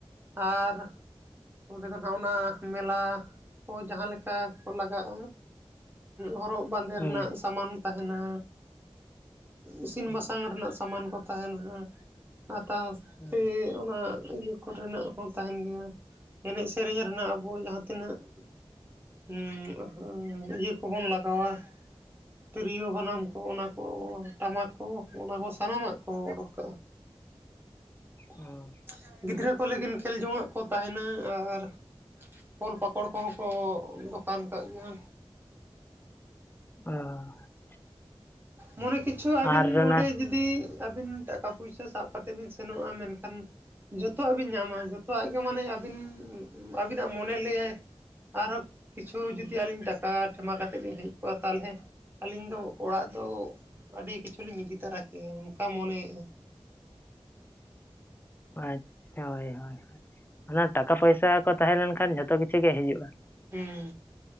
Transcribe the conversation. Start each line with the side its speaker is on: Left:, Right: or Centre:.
Right: ᱟᱨᱼᱼ ᱚᱸᱰᱮ ᱫᱚ ᱦᱟᱸᱜ ᱚᱱᱟ ᱢᱮᱞᱟ ᱠᱚ ᱡᱟᱦᱟᱸ ᱞᱮᱠᱟ ᱠᱚ ᱞᱟᱜᱟᱜ᱾ ᱦᱚᱨᱚᱜ ᱵᱟᱸᱫᱮ
Left: ᱦᱩᱸ
Right: ᱨᱮᱱᱟᱜ ᱥᱟᱢᱟᱱ ᱛᱟᱦᱮᱱᱟ᱾ ᱤᱥᱤᱱ
Left: ᱦᱩᱸ
Right: ᱵᱟᱥᱟᱝ ᱨᱮᱱᱟᱜ ᱥᱟᱢᱟᱱ ᱠᱚ ᱛᱟᱦᱮᱱᱟ᱾ ᱦᱟᱛᱟᱣ
Left: ᱦᱩᱸ
Right: ᱥᱮ ᱚᱱᱟ ᱤᱭᱟᱹ ᱠᱚᱨᱮᱱᱟᱜ ᱦᱚᱸ ᱛᱟᱦᱮᱱ ᱜᱮᱭᱟ᱾ ᱮᱱᱮᱡ ᱥᱮᱨᱮᱧ ᱨᱮᱱᱟᱜ ᱟᱵᱚ ᱡᱟᱦᱟᱸ ᱛᱤᱱᱟᱹᱜ <unintelligible> ᱦᱮᱸ ᱤᱭᱟᱹ ᱠᱚ ᱵᱚᱱ ᱞᱟᱜᱟᱣᱟ ᱛᱤᱨᱭᱳ ᱵᱟᱱᱟᱢ ᱠᱚ ᱚᱱᱟ ᱠᱚ ᱴᱟᱢᱟᱠ ᱠᱚ ᱚᱱᱟ ᱠᱚ ᱥᱟᱱᱟᱢ ᱟᱜ ᱠᱚ ᱳᱰᱳᱠ ᱠᱟᱜᱼᱟ᱾ <unintelligible>
Left: ᱚ
Right: ᱜᱤᱫᱽᱨᱟᱹ ᱠᱚ ᱞᱟᱹᱜᱤᱫ ᱠᱷᱮᱞ ᱡᱚᱝ ᱟᱜ ᱠᱚ ᱛᱟᱦᱮᱸᱱᱟ, ᱟᱨ ᱯᱷᱚᱞ ᱯᱟᱠᱚᱲ ᱠᱚ ᱦᱚᱸ ᱠᱚ ᱫᱚᱠᱟᱱ ᱠᱟᱜ ᱜᱮᱭᱟ᱾
Left: ᱟᱻ
Right: ᱢᱚᱱᱮ ᱠᱤᱪᱷᱩ ᱟᱹᱵᱤᱱ
Left: ᱟᱨ ᱚᱱᱟ
Right: ᱚᱸᱰᱮ ᱡᱩ ᱫᱤ ᱟᱹᱵᱤᱱ ᱴᱟᱠᱟ ᱯᱩᱭᱥᱟᱹ ᱥᱟᱵ ᱠᱟᱛᱮᱫ ᱵᱤᱱ ᱥᱮᱱᱚᱜᱼᱟ ᱢᱮᱱᱠᱷᱟᱱ, ᱡᱚᱛᱚ ᱣᱟᱜ ᱵᱤᱱ ᱧᱟᱢᱟ ᱡᱚᱛᱚ ᱣᱟᱜ ᱜᱮ ᱢᱟᱱᱮ ᱟᱹᱵᱤᱱ ᱟᱹᱵᱤᱱ ᱟᱜ ᱢᱚᱱᱮ ᱞᱟᱹᱭ-ᱟᱭ ᱟᱨᱚ ᱠᱤᱪᱷᱩ ᱡᱩᱫᱤ ᱟᱹᱞᱤᱧ ᱴᱟᱠᱟ ᱴᱷᱮᱢᱟ ᱠᱟᱛᱮᱫ ᱞᱤᱧ ᱦᱮᱜ ᱠᱚᱜᱼᱟ ᱛᱟᱦᱚᱞᱮ, ᱟᱹᱞᱤᱧ ᱫᱚ ᱚᱲᱟᱜ ᱫᱚ ᱟᱹᱰᱤ ᱠᱤᱪᱷᱩ ᱞᱤᱧ ᱤᱫᱤ ᱛᱟᱨᱟ ᱠᱮᱭᱟ, ᱚᱱᱠᱟ ᱢᱚᱱᱮᱭᱮᱜᱼᱟ
Left: ᱟᱪᱪᱷᱟ ᱦᱳᱭ ᱦᱳᱭ, ᱚᱱᱟ ᱴᱟᱠᱟ ᱯᱚᱭᱥᱟ ᱠᱚ ᱛᱟᱦᱮᱸ ᱞᱮᱱᱠᱷᱟᱱ, ᱡᱷᱚᱛᱚ ᱠᱤᱪᱷᱩ ᱜᱮ ᱦᱤᱡᱩᱜᱼᱟ᱾
Right: ᱦᱩᱸ